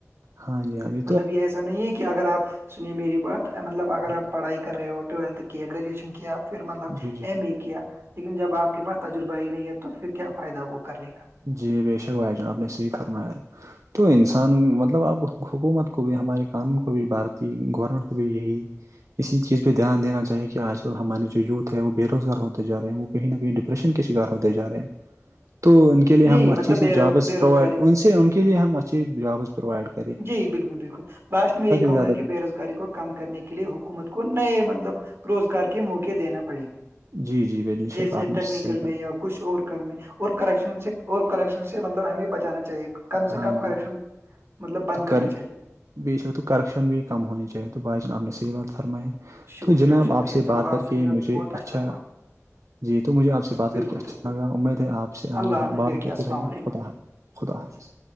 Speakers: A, on the right; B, on the right.
A: ہاں جی ہاں ج <unintelligible>
B: مطلب یہ ایسا نہیں ہے کہ اگر آپ سنییں میری بات مطلب اگر
A: ہاں
B: آپ پڑھائی کر رہے ہو ٹویلتھ کیا گریجویشن کیا پھر مطلب
A: جی جی
B: ایم ا کیا لیکن جب آپ کے پاس تجربہ نہیں ہے تو پھر کیا فائدہ وہ کرنے کا
A: جی بے شک بھائی جان آپ نے سےی فرمایا <unintelligible> تو انسان مطلب اب حکومت کو بھی ہمارے قانون کو بھی بھارتی گورنمنٹ کو بھی یہی اسی چیز پہ دھیان دین چاہیے کہ آج کل ہمارے جو یوتھ وہ بے روزگار ہوتے جاے ہیں وہ کہیں نہ کہیں ڈپریشن کے شکار ہوتے ج رہے ہیں تو ان <unintelligible> کے لیے
B: یہی
A: ہم اچھی
B: مطلب
A: سی جابز
B: بے
A: پرووائڈ
B: روزگاری
A: ان سے ان کے لیے ہم اچھی جابز پروائڈ کر
B: جی بالکل بالکل لاسٹ میں یہی کہوں
A: زیادہ
B: گا کہ بے روزگاری کو کم کرنے کے لیے حکومت کو نئے مطلب روزگار کے موقع دینا پڑیں گے
A: جی جی بے
B: جیسے
A: شک آپ
B: ٹیکنیکل
A: سے
B: میں یا کچھ اور کرنے اور کرپشن سے اور کرپشن سے مطلب ہمیں بچانا چاہیے کم سے
A: ہاں
B: کم
A: جی
B: کرپشن مطلب بند
A: تو
B: کرنا
A: کریں
B: چاہیے
A: بے شک تو کرپشن بھی کم ہونی چاہیے تو بھائی جان اپ نے صحیح بات فرمائیے
B: شکریہ
A: تو جناب
B: شکریہ
A: آپ سے
B: چلو
A: بات
B: آپ
A: کر کے
B: مل
A: مجھے
B: بہت
A: اچھا
B: ہوا
A: جی تو مجھے آپ سے بات
B: بالکل
A: کر کے اچھا
B: بالکل
A: لگا امید ہے آپ سے
B: اللہ
A: آگے
B: حافظ
A: ہاں بات
B: بیٹھیے
A: ہوتے
B: السلام
A: رہے گی
B: علیکم
A: خدا ہ خدا حافظ